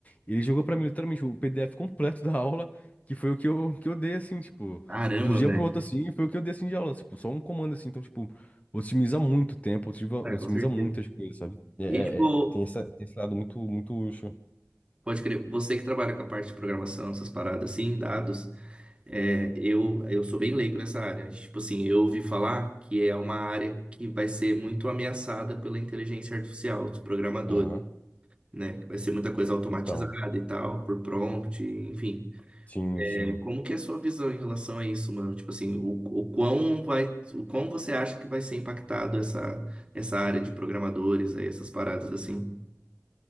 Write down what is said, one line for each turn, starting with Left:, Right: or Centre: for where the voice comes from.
Left: E ele jogou pra mim literalmente o PDF completo da aula, que foi o que eu, que eu dei, assim, tipo,
Right: Caramba,
Left: do dia
Right: velho.
Left: pro outro, assim, foi o que eu dei, assim, de aula, tipo, só um comando, assim. Então, tipo, otimiza muito o tempo, otimiza, otimiza
Right: Ah, com certeza.
Left: muitas coisas, sabe? É,
Right: E
Left: é-
Right: tipo,
Left: é, tem essa, tem esse lado muito, muito útil.
Right: pode crer, você que trabalha com a parte de programação, essas paradas assim, dados. É, eu, eu sou bem leigo nessa área. Tipo assim, eu ouvi falar que é uma área que vai ser muito ameaçada pela inteligência artificial, os programadores,
Left: Aham.
Right: né? Que vai ser muita coisa automatizada
Left: Então,
Right: e tal, por prompt, enfim.
Left: sim,
Right: É,
Left: sim.
Right: como que é a sua visão em relação a isso, mano? Tipo assim, o, o quão vai, o quão você acha que vai ser impactado essa, essa área de programadores aí, essas paradas assim?